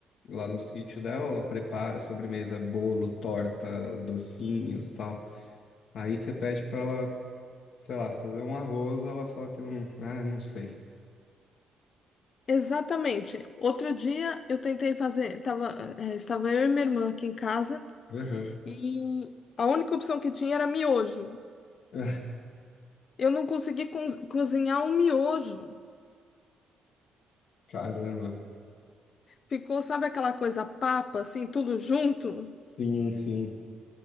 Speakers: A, on the left; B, on the left.
A: lá no sítio dela, ela prepara sobremesa, bolo, torta, docinhos, tal. Aí você pede pra ela, sei lá, fazer um arroz, ela fala que não, ah, não sei.
B: Exatamente. Outro dia eu tentei fazer. Tava, eh, estava eu e minha irmã aqui em casa
A: Aham.
B: e a única opção que tinha era miojo.
A: <laughs>
B: Eu não consegui coz- cozinhar um miojo.
A: Caramba.
B: Ficou, sabe aquela coisa papa, assim, tudo junto?
A: Sim, sim.